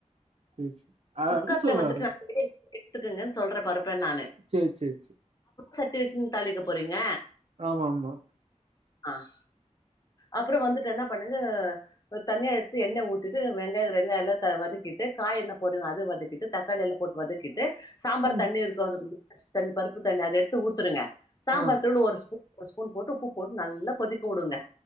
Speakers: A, on the right; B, on the left.
A: சேரி சேரி அதா
B: குக்கர்ல
A: சொல்வாரு
B: வந்துட்டு நா <inaudible> எடுத்துக்கங்கன் சொல்ற பருப்பன் நானு
A: சேரி சேரி சேரி
B: சட்டி வச்சுன் தாளிக்க போறீங்க
A: ஆமா ஆமா
B: அஹ் அப்ற வந்துட்டு என்ன பண்ணு யா அஹ் தனியா எட்த்து எண்ணெ ஊத்திட்டு வெங்காய வெங்காயலா த வதக்கிட்டு காயெல்லா போடு அத வதக்கிட்டு தக்காளி எல்லா போட்டு வதக்கிட்டு சாம்பார்
A: ம்
B: தண்ணி இருக்கான்றதில்ல தண்ணி பருப்பு தண்ணி அத எட்த்து ஊத்திருங்க சாம்பார்
A: ஆ
B: தூள் ஒரு ஸ்பூ ஒரு ஸ்பூன் போட்டு உப்பு போட்டு நல்லா கொதிக்க விடுங்க